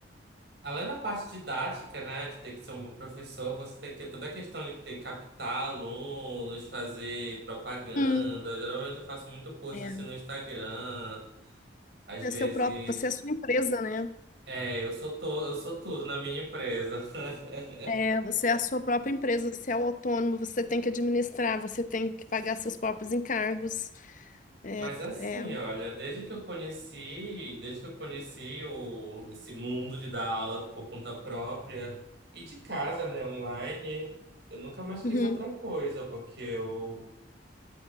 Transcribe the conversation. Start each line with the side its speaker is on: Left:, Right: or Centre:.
Right: Além da parte didática, né, de ter que ser um bom professor, você tem que ter toda a questão de ter que captar alunos, fazer propaganda.
Left: Hum.
Right: Geralmente eu faço muito post
Left: É.
Right: assim no Instagram. Às
Left: É
Right: vezes,
Left: seu próprio, você é a sua empresa, né?
Right: é, eu sou to... eu sou tudo na minha empresa. <laughs>
Left: É, você é a sua própria empresa, você é o autônomo, você tem que administrar, você tem que pagar seus próprios encargos. É,
Right: Mas assim,
Left: é.
Right: olha, desde que eu conheci, desde que eu conheci o, esse mundo de dar aula por conta própria e de casa, né, online, eu nunca mais quis
Left: Uhum.
Right: outra coisa, porque eu,